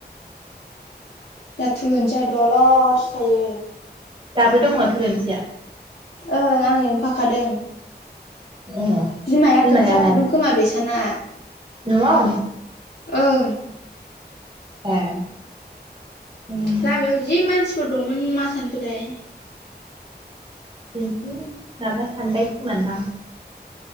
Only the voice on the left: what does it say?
जाह थुलुंनसिया दलरसो थायो।
ओं आं लिंफाखादों।
बिमाया
खोथिया फुदों खोमा बेसाना।
ओं
लामायाव जि मानसिफोर दंमोन मा सानखोथाय।